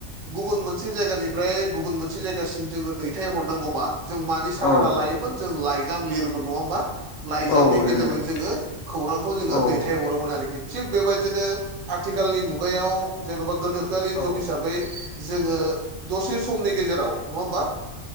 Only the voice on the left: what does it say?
औ
औ लिरदोंमोन
औ
औ